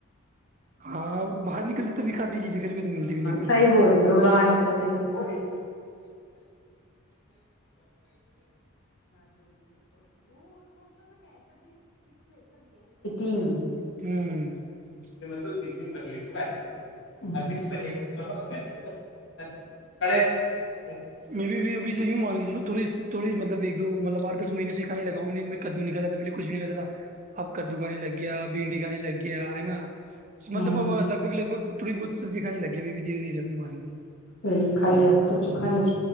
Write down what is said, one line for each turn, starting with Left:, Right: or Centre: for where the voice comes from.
Right: ہاں باہر نکلتی تو بھی کات چیزیں گھر پ تو ملتی بھی نہیں اپن
Left: صحی
Right: کو
Left: بول رہے ہو باہر نکلتی <unintelligible>
Right: <unintelligible>
Left: گ پیر تو م پ <unintelligible> <unintelligible>
Right: میری بھی ابھی چیکنگ مانگی چلو تھوڑی تھوڑی مطلب ایک تو مطلب آ ٹھ دس مہینے سے کھانے لگا ہو نہیں تو میں کدو نہیں کھاتا تھا پہلے کچھ نہی کہتا تھا اب کدو کا نہیں لگ گیا بھنڈی کا نہیں لگ گیا ہے نا
Left: ہاں
Right: مطلب لگ بھگ لگ بھگ تھوی بہت سبجی کھانی لگ گیا میں بھی دھیرے دھیرے <unintelligible> ی درےماروں
Left: پ جی خالی اخروں <unintelligible> چ خانیانی